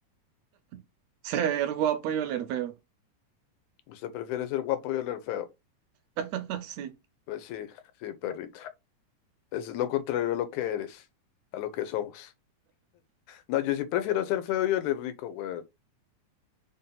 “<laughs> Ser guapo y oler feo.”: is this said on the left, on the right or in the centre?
Right